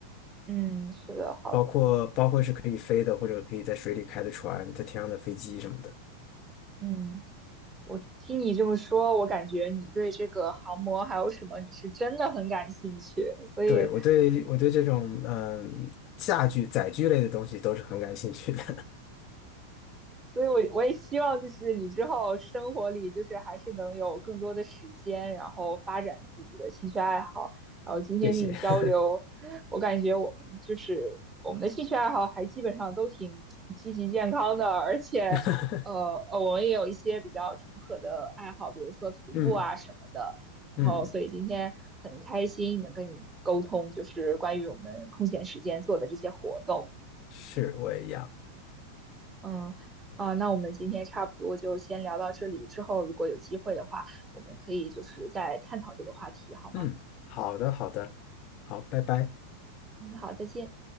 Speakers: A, on the right (about 15°); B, on the left (about 40°).
A: 嗯是的，好的，
B: 包括包括是可以飞的，或者可以在水里开的船，在天上的飞机什么的。
A: 嗯，我听你这么说，我感觉你对这个航模还有什么，你是真的很感兴趣，所以
B: 对，我对我对这种嗯驾具载具类的东西都是很感兴趣的。
A: 所以我，我也希望就是你之后生活里就是还是能有更多的时间，然后发展自己的兴趣爱好。然后今天跟你交流，
B: <laughs> 谢谢。
A: 我感觉我们就是我们的兴趣爱好还基本上都挺积极健康的，而且呃呃，
B: <laughs>
A: 我们也有一些比较重合的爱好，比如说徒步啊什么的。
B: 嗯
A: 然后，
B: 嗯，
A: 所以今天很开心能跟你沟通，就是关于我们空闲时间做的这些活动。
B: 是我也一样。
A: 嗯，啊，那我们今天差不多就先聊到这里，之后如果有机会的话，我们可以就是再探讨这个话题，好吗？
B: 嗯，好的好的，好，拜拜。
A: 嗯，好，再见。